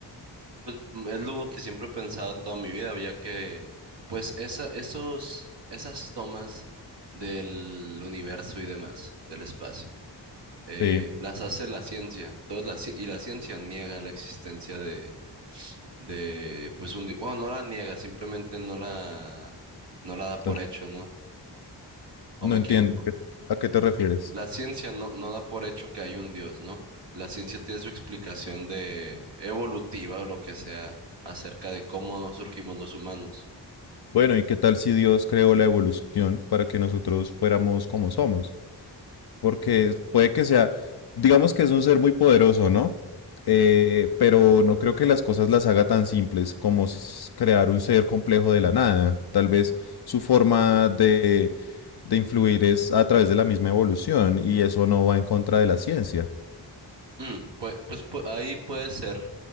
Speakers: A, on the right; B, on the left.
A: Pues mm, es lo que siempre he pensado toda mi vida, ya que pues esa, esos, esas tomas del universo y demás, del espacio. eh,
B: Sí,
A: las hace la ciencia. Entonces, la, ci- y la ciencia niega la existencia de, de pues un Dios. Bueno, no la niega, simplemente no la, no la da
B: son
A: por hecho, ¿no? ¿O me
B: No entiendo
A: equivoco?
B: a ¿qué- a qué te refieres.
A: La ciencia no, no da por hecho que hay un Dios, ¿no? La ciencia tiene su explicación de evolutiva o lo que sea acerca de cómo surgimos los humanos.
B: Bueno, ¿y qué tal si Dios creó la evolución para que nosotros fuéramos como somos? Porque puede que sea, digamos que es un ser muy poderoso, ¿no? Eh, pero no creo que las cosas las haga tan simples como s- crear un ser complejo de la nada. Tal vez su forma de de influir es a través de la misma evolución y eso no va en contra de la ciencia.
A: Mm, pues, pues pu- ahí puede ser,